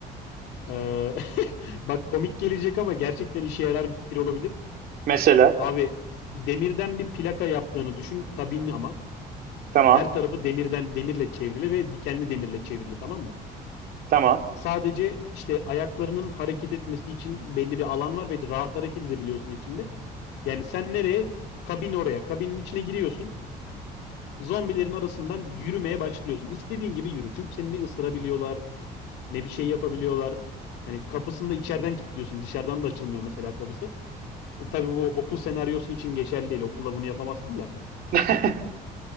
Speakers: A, on the left; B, on the right.
A: Ee, <laughs> bak komik gelecek ama gerçekten işe yarar bir fikir olabilir.
B: Mesela.
A: Abi demirden bir plaka yaptığını düşün. Kabin ama.
B: Tamam.
A: Her tarafı demirden demirle çevrili ve dikenli demirle çevrili tamam mı?
B: Tamam.
A: Sadece işte ayaklarının hareket etmesi için belli bir alan var ve rahat hareket edebiliyorsun içinde. Yani sen nereye? Kabin oraya. Kabinin içine giriyorsun. Zombilerin arasından yürümeye başlıyorsun. İstediğin gibi yürü. Çünkü seni ne ısırabiliyorlar, ne bir şey yapabiliyorlar. Hani kapısını da içeriden kilitliyorsun. Dışarıdan da açılmıyor mesela kapısı. Tabii bu okul senaryosu için geçerli değil. Okulda bunu yapamazsın da.
B: <laughs>